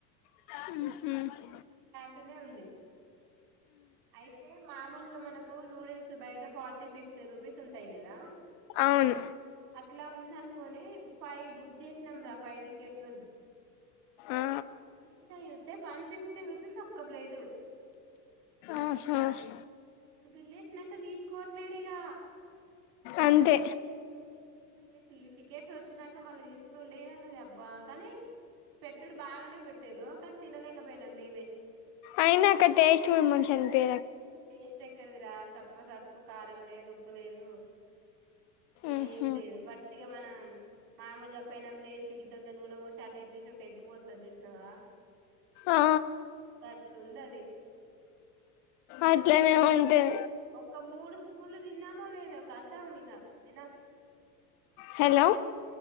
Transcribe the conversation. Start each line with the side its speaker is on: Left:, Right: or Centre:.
Left: ఊహు
Right: అంటూనే ఉంది అయితే మామూలుగా మనకు కూ నూడిల్స్ బయట ఫార్టీ ఫిఫ్టీ రూపీస్ ఉంటాయి కదా
Left: అవును
Right: అట్ల ఉందనుకొని ఫైవ్ బుక్ చేసినాం రా ఫైవ్ టికెట్స్ అని హా
Left: ఆ
Right: తీరా యుత్ వన్ ఫిఫ్టీ రూపీస్ ఒక్క ప్లేటు
Left: ఆహా
Right: అడ బిల్లేేసినాక తీసుకో మాట్లేడిగా
Left: అంతే
Right: ఇ టిట్స్ వచ్చినక మళ్ళ తీక లేదన్నది అబ్బా కానీ పెట్టటుడు బాగానే పెట్టు ప తినలేకపోయినా మ మీవే
Left: అయినా అక్కడ టేస్ట్ కూడా మనుష అనిపో
Right: స్ ఇక్కడదిరా సప్ప సత్కు కారం లేదు ఉప్పు లేదు ఏం
Left: ఉహు
Right: లేదు బట్ ఇక మనం మామూలుగా అప్పయినమ్లు వసి గద్ద దని పోషట ఇటు తీసి ఒక ఎగ్గిపోతుని చూసినావా
Left: ఆ
Right: గట్టు ఉంది అది
Left: అట్లనే ఉంటాయి
Right: ఒక మూడు పూన్లు తిన్నామో లేదో ఒక అథం ఇక ఏన్న
Left: హలో